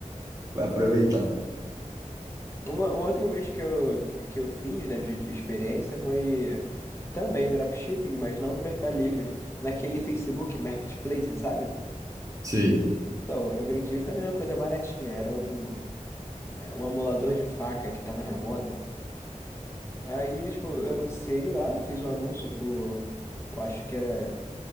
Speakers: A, on the right; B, on the left.
A: vai aproveitar.
B: Uma, uma outra vez que eu, que eu fiz, né, de, de experiência foi também dropshipping, mas não no Mercado Livre, naquele Facebook Marketplace, sabe?
A: Sei.
B: Então, eu vendi também uma coisa baratinha, era um, é, um amolador de faca que tava na moda. Aí, tipo, eu anunciei lá, fiz um anúncio por, eu acho que era